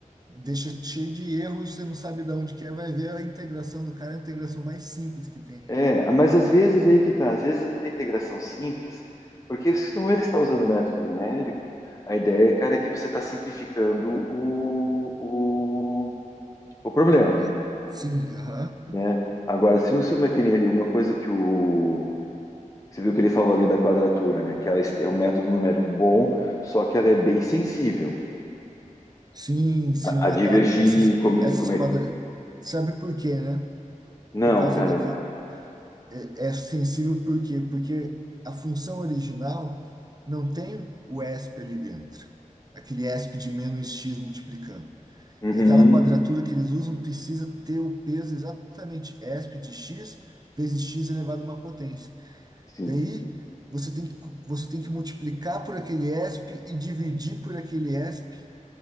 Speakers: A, on the right; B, on the left.
A: deixa cheio de erros, você não sabe de onde que é, vai ver a integração do cara, é a integração mais simples que tem,
B: é,
A: né?
B: mas às vezes aí que tá, às vezes a integração simples, porque se não é que você está usando o método numérico, a ideia, cara, é que você está simplificando o, o, o problema,
A: Ah, Sim, aham.
B: né? Agora, se você uma que nem ali, uma coisa que o Você viu que ele falou ali da quadratura, né? Que ela est- é um método numérico bom, só que ela é bem sensível
A: Sim, sim,
B: a, a divergir.
A: aquela, essas,
B: Como,
A: essas
B: como
A: quadras,
B: é-
A: sabe por quê, né?
B: Não,
A: Por causa
B: cara.
A: daquilo é, é sensível por quê? Porque a função original não tem o ESP ali dentro, aquele ESP de menos x multiplicando.
B: Uhum.
A: E aquela quadratura que eles usam precisa ter o peso exatamente ESP de x vezes x elevado a uma potência.
B: Sim,
A: Daí você tem que, você tem que multiplicar por aquele ESP e dividir por aquele ESP